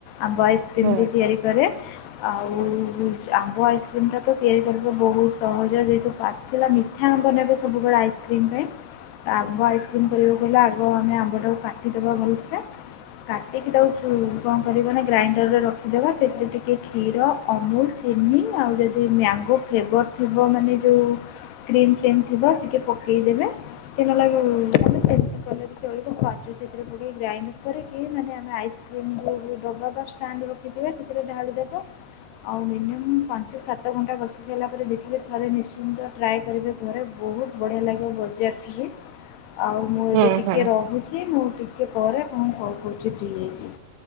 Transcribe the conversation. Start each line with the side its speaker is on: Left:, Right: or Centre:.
Left: ଆମ୍ୱ ଆଇସକ୍ରିମ
Right: ହୁଁ
Left: ବି ତିଆରି କରେ। ଆଉ ଆମ୍ବ ଆଇସ୍କ୍ରିମ ଟା ତ ତିଆରି କରିବା ବହୁତ ସହଜ। ଯେହେତୁ ପାଚିଲା ମିଠା ଆମ୍ବ ନେବେ ସବୁବେଳେ ଆଇସ୍କ୍ରିମ୍ ପାଇଁ ତ ଆମ୍ବ ଆଇସ୍କ୍ରିମ୍ କରିବାକୁ ହେଲେ ଆଗ ଆମେ ଆମ୍ବଟାକୁ କାଟିଦେବା ଭଲସେ କାଟିକି ତାକୁ କଣ କରିବା ନା ଗ୍ରାଇଣ୍ଡରରେ ରଖିଦେବା ସେଥିରେ ଟିକେ କ୍ଷୀର ଅମୁଲ ଚିନି ଆଉ ଯଦି ମ୍ୟାଙ୍ଗୋ ଫ୍ଲେଭର ଥିବ ମାନେ ଯୋଉ କ୍ରିମ ଫିମ ଥିବ ଟିକେ ପକେଇଦେବେ ଟିକେ ନହେଲେ ସେମିତି କଲେ ଚଳିବ କାଜୁ ସେଥିରେ ପକେଇ ଗ୍ରାଇଣ୍ଡ କରିକି ମାନେ ଆମେ ଆଇସ୍କ୍ରିମ ଯୋଉ ଡବା ବା ଷ୍ଟାଣ୍ଡ ରଖିଥିବା ସେଥିରେ ଢାଳିଦବା ଆଉ ମୁଁ ପାଞ୍ଚ ସାତ ଘଣ୍ଟା ବସି ସାରିଲା ପରେ ଦେଖିଲି ଥରେ ନିଶ୍ଚିନ୍ତ ଟ୍ରାଏ କରିବେ ଘରେ। ବହୁତ ବଢ଼ିଆ ଲାଗିବ ବଜାରଠୁ ବି ଆଉ ମୁଁ
Right: ହୁଁ
Left: ଏବେ ଟିକେ
Right: ହୁଁ
Left: ରହୁଛି ମୁଁ ଟି ଟିକେ ପରେ ତମକୁ କଲ କରୁଛି ଫ୍ରି ହେଇକି।